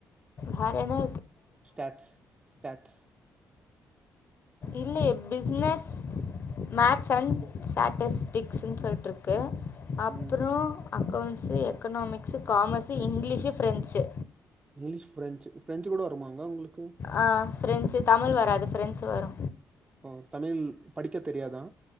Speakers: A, on the left; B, on the right.
A: வேற என்னோ
B: ஸ்டட்ஸ் ஸ்டட்ஸ்
A: இல்லயே பிஸ்னஸ் மேக்ஸ் அண்ட் ஸ்டாட்டிஸ்டிக்ஸ்ன்னு சொல்லிட்ருக்கு இருக்கு அப்புறோ
B: ம்
A: accounts economics commerce English French
B: English French French கூட வருமாங்க உங்களுக்கு
A: ஆ ஃபிரென்சு தமிழ் வராது ஃபிரென்சு வரு
B: ஓ தமிழ் படிக்க தெரியாதா